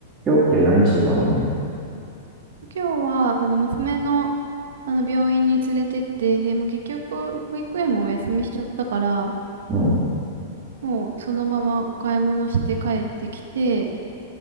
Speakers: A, on the right; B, on the right.
A: 今日って何してたの
B: 今日は、あの、娘の、あの、病院に連れてって、でもう結局、保育園もお休みしちゃったから、
A: うん、
B: もうそのままお買い物して帰ってきて、